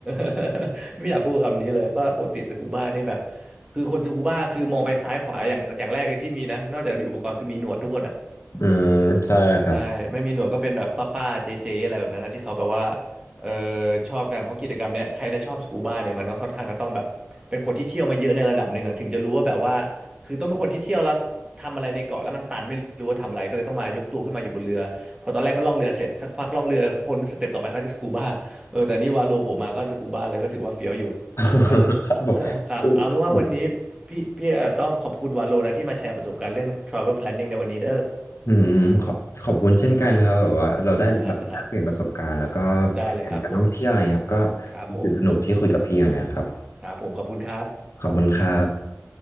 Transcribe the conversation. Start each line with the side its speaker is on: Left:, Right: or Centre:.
Right: ๆ <laughs> ไม่อยากพูดคำนี้เลยว่าปกติสกูบ้านี่แบบคือคนสกูบ้าคือมองไปซ้ายขวาอย่างอย่างแรกเลยที่มีนะนอกจากมีอุปกรณ์คือมีหนวดทุกคนอะ
Left: อืมใช่ครับ
Right: ใช่ไม่มีหนวดก็เป็นแบบป้าๆเจ๊ๆอะไรแบบนั้นนะที่เขาแบบว่าเออชอบกันเพราะกิจกรรมเนี้ยใครจะชอบสกูบ้าเนี่ยมันก็ค่อนข้างจะต้องแบบเป็นคนที่เที่ยวมาเยอะในระดับหนึ่งอะถึงจะรู้ว่าแบบว่าคือต้องเป็นคนที่เที่ยวแล้วทำอะไรในเกาะแล้วมันตันไม่รู้ว่าทำอะไรก็เลยต้องมายกตัวขึ้นมาอยู่บนเรือพอตอนแรกก็ล่องเรือเสร็จสักพักล่องเรือคนสเต็ปต่อไปเขาจะสกูบ้าเออแต่นี่วาโลโผล่มาก็สกูบ้าเลยก็ถือว่าเฟี้ยวอยู่
Left: <laughs>
Right: เออ
Left: ครับผมคือคือผม
Right: <laughs> ครับเอาเป็นว่าวันนี้พี่พี่ต้องขอบคุณวาโลนะที่มาแชร์ประสบการณ์เรื่อง travel planning ในวันนี้เด้อ
Left: อืมขอบขอบคุณเช่นกันครับแบบว่าเราได้แบบได้เปลี่ยนประสบการณ์แล้วก็แผนการท่องเที่ยวอะไรครับก็
Right: ได้เลยครับ ได้เลยครับผม ครับผม
Left: รู้สึกสนุกที่คุยกับพี่เหมือนกันครับ
Right: ครับผม ขอบคุณครับ
Left: ขอบคุณครับ